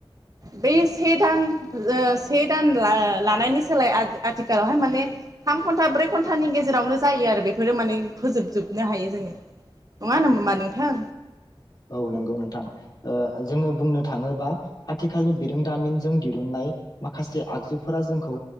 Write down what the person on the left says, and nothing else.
औ नंगौ नोंथां। ओ जोङो बुंनो थाङोबा आथिखालनि बिरोंदामिनजों दिरुनन्नाय माखासे आगजुफोरा जोंखौ